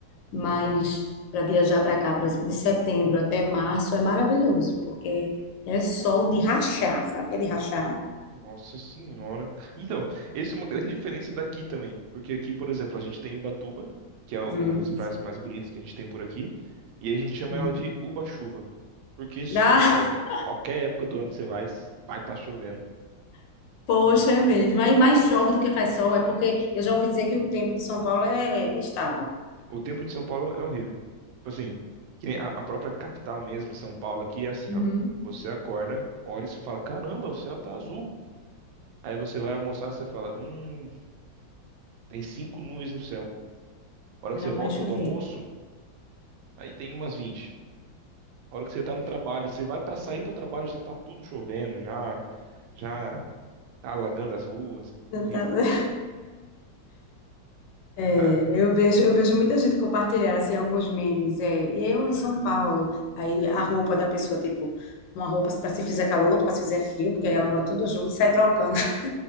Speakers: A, on the left (about 75°); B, on the right (about 80°).
A: mas para viajar para cá, por exemplo, de setembro até março é maravilhoso, porque é sol de rachar, sabe o que é de rachar?
B: Nossa senhora. Então, essa é uma grande diferença daqui também, porque aqui, por exemplo, a gente tem Ubatuba, que é uma
A: Hum,
B: das praias mais bonitas que a gente tem por aqui, e a gente chama
A: uhum.
B: ela de Uba-chuva, porque só
A: Ah,
B: chove. Qualquer época do ano que você vai, vai estar chovendo.
A: <laughs> poxa, é mesmo. Aí mais chove do que faz sol, é porque eu já ouvi dizer que o tempo de São Paulo é instável.
B: O tempo de São Paulo é horrível. Tipo assim, que nem a a própria capital mesmo, São Paulo aqui é assim,
A: Uhum.
B: ó. Você acorda, olha e você fala, caramba, o céu tá azul. Aí você vai almoçar, você fala, hum, tem cinco nuvens no céu. A hora que
A: Já
B: você volta
A: vai chover.
B: do almoço, aí tem umas 20. A hora que você tá no trabalho, você vai pra sair do trabalho, já tá tudo chovendo, já já tá alagando as ruas,
A: Eu
B: horrível.
A: tá- <laughs> É,
B: Tá?
A: eu vejo, eu vejo muita gente compartilhar assim, alguns memes. É, eu em São Paulo, aí a roupa da pessoa, tipo, uma roupa para se fizer calor, outra para se fizer frio, porque aí ela bota tudo junto e sai trocando. <laughs>